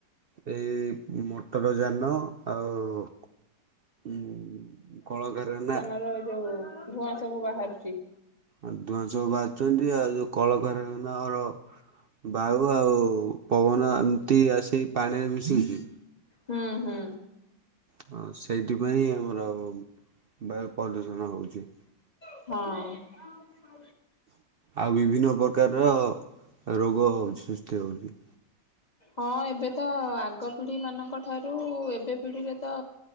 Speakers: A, on the right; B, on the left.
A: ଏଇ ମଟର ଯାନ ଆଉ ଉଁ-କଳକାରନା
B: ଏରା ଯଉ ଧୂଆଁ ସବୁ ବାହାରୁଚି।
A: ଆ- ଧୁଆଁ ସବୁ ବାହାରୁଚନ୍ତି ଆଉ ଯଉ କଳକାରଖାନା ରେ ଆମର ବାଉ ଆଉ ପବନ ଏମିତି ଆସି ପାଣିରେ ମିଶିକି
B: ହୁଁ -ହୁଁ।
A: ହଁ- ସେଇଥିପାଇଁ ଆମର ବାୟୁ ପ୍ରଦୂଷଣ ହଉଚି।
B: ହଁ।
A: ଆଉ ବିଭିନ୍ନ ପ୍ରକାରର ରୋଗ ସୃଷ୍ଟି ହଉଚି।
B: ହଁ ଏବେ ତ ଆଗ ପିଢି ମାନଙ୍କ ଠାରୁ ଏବେ ପିଢିରେ ତ